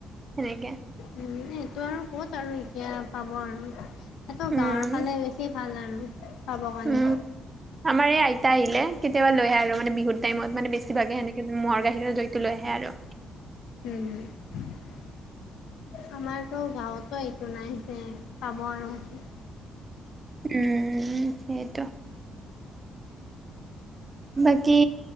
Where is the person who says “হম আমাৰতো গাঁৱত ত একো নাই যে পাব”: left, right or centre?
Left